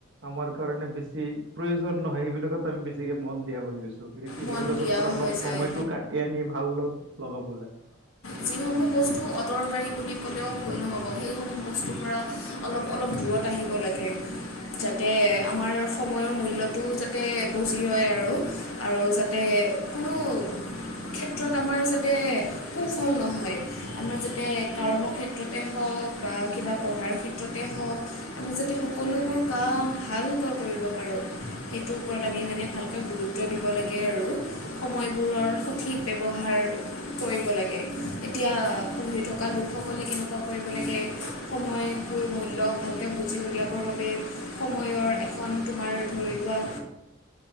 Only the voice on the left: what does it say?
মন
দিয়া
হৈ যায়
যিসমূহ বস্তু অদৰকাৰী বুলি ক'লেও ভুল নহ'ব সেইসমূহ বস্তুৰ পৰা অলপ অলপ দূৰত আহিব লাগে। যাতে আমাৰ সময়ৰ মূল্যটোও যাতে বজি ৰয় আৰু। আৰু যাতে কোনো ক্ষেত্ৰত আমাৰ যাতে সুফল নহয়, আমাৰ যাতে কৰ্মক্ষেত্ৰতে হওক বা কিবা পঢ়াৰ ক্ষেত্ৰত ততে হওক আমি যাতে সকলোবোৰ কাম ভালকৈ কৰিব পাৰোঁ সেইটোৰ ওপৰত আমি মানে ভালকৈ গুৰুত্ব গুৰুত্ব দিব লাগে আৰু সময়বোৰৰ সঠিক ব্যৱহাৰ। কৰিব লাগে এতিয়া পঢ়ি থকা লোকসকলে কেনেকুৱা কৰিব লাগে সময়বোৰ মূল্য ভালকে বুজি উলিয়াবৰ বাবে সময়ৰ এখন তোমাৰ ধৰি লোৱা